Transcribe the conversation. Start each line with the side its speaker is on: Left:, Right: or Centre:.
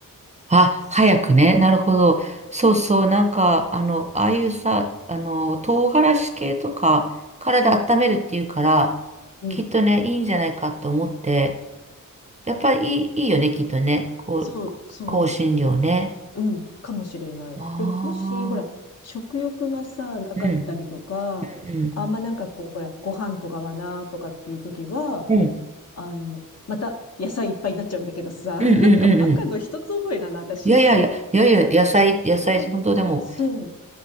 Right: あ、早くね。なるほど。そうそう。なんか、あの、ああいうさ、あの、唐辛子系とか、体温めるっていうから、
Left: うん、うん。
Right: きっとね、いいんじゃないかって思って、やっぱりいい、いいよね、きっとね。こう、
Left: そう、そう。
Right: 香辛料ね。
Left: うん、かもしれない。
Right: あ
Left: で、もし、ほら、
Right: あ。
Left: 食欲がさ、なかったりとか、
Right: うん、うん、
Left: あんまなんかこう、ほら、ご飯とかはな、とかっていう時は、
Right: うん。うん、
Left: あの、また野菜いっぱいになっちゃうんだけどさ、
Right: うん、
Left: <laughs>
Right: うん、
Left: なんかバカの一つ覚えだな、
Right: うん。うん
Left: 私。
Right: いやいやいや、いやいや、野菜、野菜、
Left: なんか、
Right: 本当でも、
Left: そう。